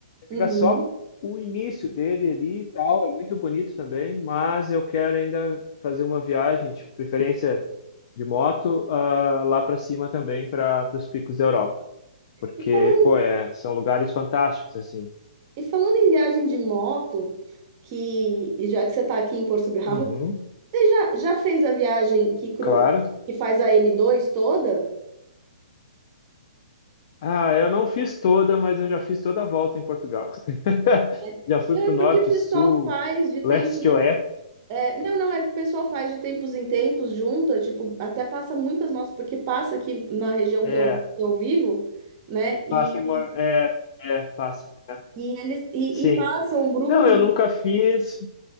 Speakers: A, on the right; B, on the left.
A: uhum.
B: pega só o início dele ali e tal, é muito bonito também, mas eu quero ainda fazer uma viagem, de preferência de moto, ah, lá para cima também, para os Picos da Europa. Porque,
A: E falando,
B: pô, é, são lugares fantásticos, assim.
A: e falando em viagem de moto, que e já que você está aqui em Portugal,
B: Uhum,
A: <laughs> você já, já fez a viagem que, cru,
B: claro.
A: que faz a n dois toda?
B: Ah, eu não fiz toda, mas eu já fiz toda a volta em Portugal. <laughs>
A: né?
B: Já fui
A: Não,
B: pro
A: é porque
B: norte,
A: o pessoal
B: sul,
A: faz de tempos
B: leste,
A: em
B: oeste.
A: é, não, não, é que o pessoal faz de tempos em tempos, junta, tipo, até passa muitas motos, porque passa aqui na região
B: É,
A: que eu, que eu vivo, né? e
B: passa em... Mor- É, é, passa. é.
A: E eles e,
B: Sim.
A: e passa um grupo
B: Não,
A: de,
B: eu nunca fiz.